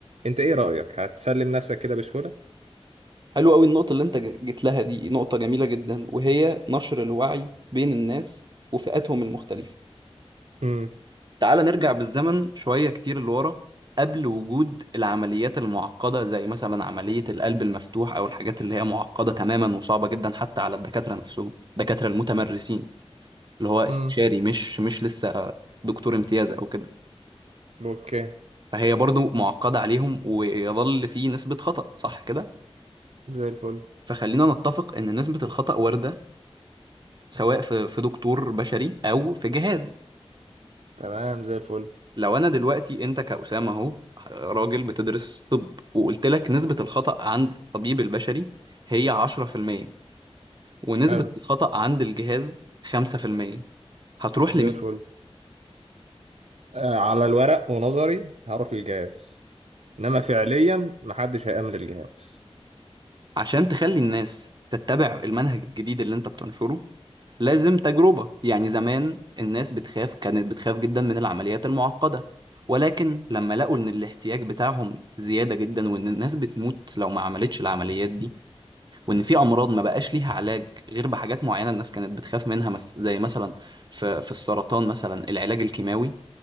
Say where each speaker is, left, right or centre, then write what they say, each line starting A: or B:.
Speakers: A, on the right; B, on the right.
A: انت ايه رأيك هتسلم نفسك كده بسهولة
B: حلو قوي النقطة اللي أنت ج- جيت لها دي نقطة جميلة جدا وهي نشر الوعي بين الناس وفئاتهم المختلفة
A: امم
B: تعال نرجع بالزمن شوية كتير لورا قبل وجود العمليات المعقدة زي مثلا عملية القلب المفتوح أو الحاجات اللي هي معقدة تماما وصعبة جدا حتى على الدكاترة نفسهم الدكاترة المتمرسين اللي هو استشاري
A: امم
B: مش مش لسه دكتور امتياز أو كده
A: اوكي
B: فهي برضو معقدة عليهم ويظل في نسبة خطأ صح كده
A: زي الفل
B: فخلينا نتفق إن نسبة الخطأ واردة سواء في في دكتور بشري أو في جهاز
A: تمام زي الفل
B: لو انا دلوقتي انت كأسامة اهو راجل بتدرس طب وقلت لك نسبة الخطأ عند الطبيب البشري هي 10% ونسبة
A: حلو
B: الخطأ عند الجهاز 5% هتروح
A: زي
B: لمين؟
A: الفل آه، على الورق ونظري هروح للجهاز انما فعليا محدش هيأمن الجهاز
B: عشان تخلي الناس تتبع المنهج الجديد اللي انت بتنشره لازم تجربة يعني زمان الناس بتخاف كانت بتخاف جدا من العمليات المعقدة ولكن لما لقوا ان الاحتياج بتاعهم زيادة جدا وان الناس بتموت لو ما عملتش العمليات دي وان في امراض ما بقاش ليها علاج غير بحاجات معينه الناس كانت بتخاف منها مس زي مثلا في في السرطان مثلا العلاج الكيماوي